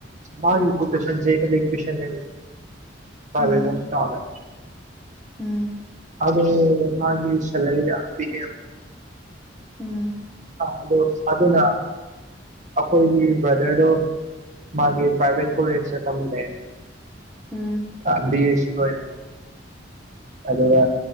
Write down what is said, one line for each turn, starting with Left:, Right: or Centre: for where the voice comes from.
Right: ꯃꯥ ꯑꯣꯀꯨꯄꯦꯟꯁꯂꯔꯤ ꯐꯔꯁꯨ
Centre: ꯎꯝ
Right: ꯇꯥꯎꯗ
Centre: ꯎꯝ
Right: ꯑꯗꯦ ꯃꯥꯒꯤ ꯁꯂꯔꯤꯗꯝꯄꯤꯤ
Centre: ꯎꯝ
Right: ꯣ ꯑꯗꯨꯅ ꯑꯩꯈꯣꯏꯒꯤ ꯕ꯭ꯔꯗꯔꯗꯣ ꯃꯥꯒꯤ ꯄ꯭ꯔꯥꯏꯚꯦꯠ ꯀꯣꯂꯦ ꯆꯀꯝꯕꯜꯅꯦ
Centre: ꯎꯝ
Right: ꯑ ꯕꯤ ꯑꯦ ꯁꯤ ꯑꯣꯏ ꯑꯗꯨꯒ